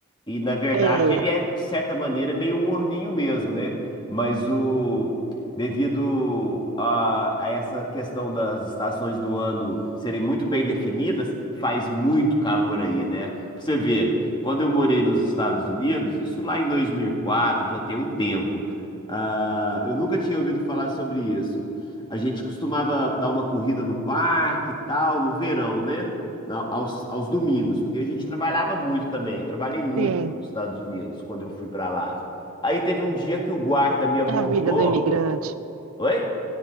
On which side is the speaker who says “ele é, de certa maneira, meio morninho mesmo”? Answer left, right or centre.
Left